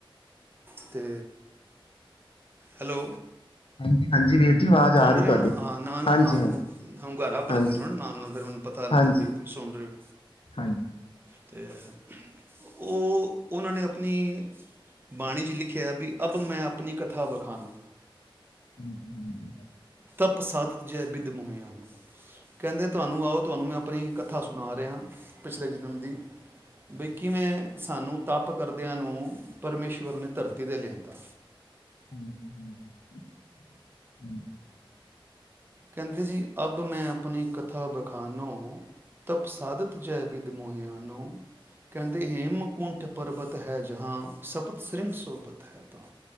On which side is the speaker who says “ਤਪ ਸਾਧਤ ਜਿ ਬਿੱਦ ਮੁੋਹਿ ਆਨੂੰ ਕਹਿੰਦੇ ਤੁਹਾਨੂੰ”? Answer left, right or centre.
Right